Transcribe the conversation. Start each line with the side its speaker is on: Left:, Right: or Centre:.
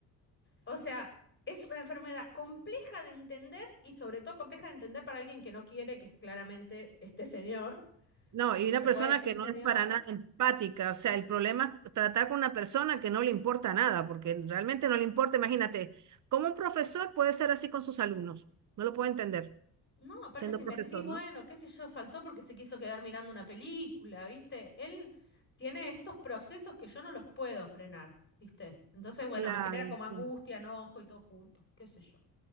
Left: O sea, es una enfermedad compleja de entender y sobre todo compleja de entender para alguien que no quiere, que es claramente este señor.
Right: No,
Left: Si
Right: y una
Left: se le
Right: persona
Left: puede decir
Right: que no
Left: señor.
Right: es para nada empática, o sea, el problema es tratar con una persona que no le importa nada, porque realmente no le importa, imagínate, ¿cómo un profesor puede ser así con sus alumnos? No lo puedo entender,
Left: No, aparte
Right: siendo
Left: si
Right: profesor,
Left: me decís, bueno,
Right: ¿no?
Left: qué sé yo, faltó porque se quiso quedar mirando una película, ¿viste? Él tiene estos procesos que yo no los puedo frenar, ¿viste? Entonces, bueno,
Right: Claro,
Left: me genera como angustia,
Right: sí.
Left: enojo y todo junto, qué sé yo.